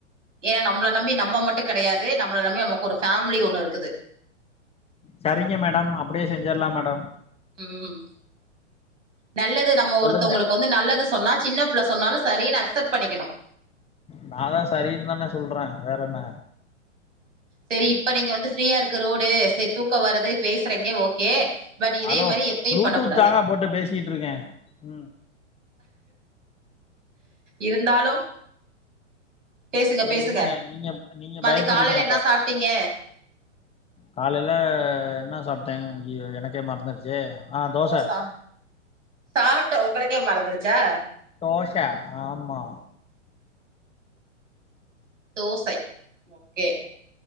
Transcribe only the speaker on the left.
சரிங்க மேடம் அப்படியே செஞ்சர்லாம் மேடம்
சொல்லுங்க
நான்தா சரினு தானே சொல்ற வேற என்ன
அலோ
ப்ளூடூத்
தாங்க போட்டு பேசிட்டு இருக்கே உம்
சரி
உடுங்க நீங்கப் நீங்க
பயப்படுறீங்க
அப்ப
காலையில என்ன சாப்ட்ட ஐயய்யோ எனக்கே மறந்துருச்சே ஆ தோச
ஓஷா ஆமா